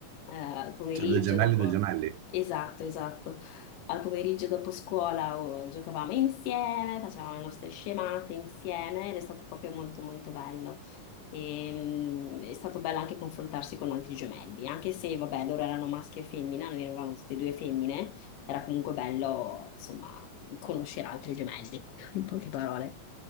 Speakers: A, on the left; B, on the right.
A: eh, al pomeriggio
B: C'è due gemelli,
A: dopo...
B: due gemelli.
A: Esatto, esatto. Al pomeriggio dopo scuola oh, giocavamo insieme, facevamo le nostre scemate insieme ed è stato proprio molto molto bello. E, mm, è stato bello anche confrontarsi con altri gemelli, anche se, vabbè, loro erano maschi e femmina, noi eravamo tutte e due femmine, era comunque bello, insomma, conoscere altri gemelli, <laughs> in poche parole.